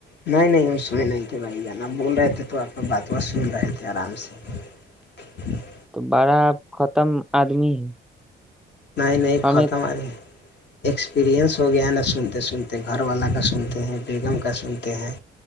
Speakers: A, on the left; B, in the centre.
A: نہیں نہیں س نہیں تھے بھائی جان آ بول رہے تھے تو آپ بات ب سن رہے تھے آرام سے <unintelligible>
B: تو بڑا ختم آدمی ہے
A: نہیں نہیں
B: ہمیں
A: ختم آ رہ <unintelligible> ایکسپریئنس ہو گیا نا سنتے سنتے گھر والا کا سنتے ہیں بیگم کا سنتے ہیں